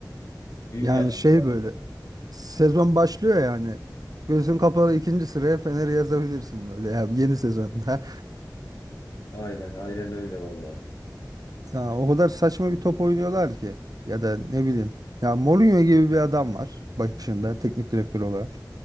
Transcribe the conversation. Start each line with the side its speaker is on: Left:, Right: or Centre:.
Left: Büyü
Right: yani
Left: mü yaptılar?
Right: şey böyle sezon başlıyor yani. Gözün kapalı ikinci sıraya Fener'i yazabilirsin böyle ya yeni sezonda.
Left: Aynen, aynen öyle vallahi.
Right: Ya o kadar saçma bir top oynuyorlar ki ya da ne bileyim. Ya Mourinho gibi bir adam var başında teknik direktör olarak.